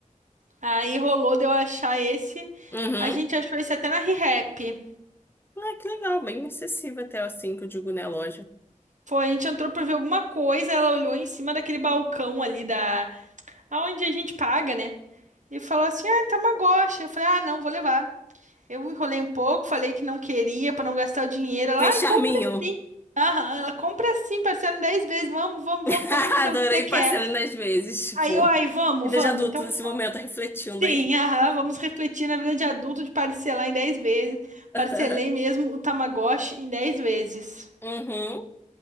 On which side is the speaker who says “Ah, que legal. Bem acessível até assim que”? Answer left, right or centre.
Left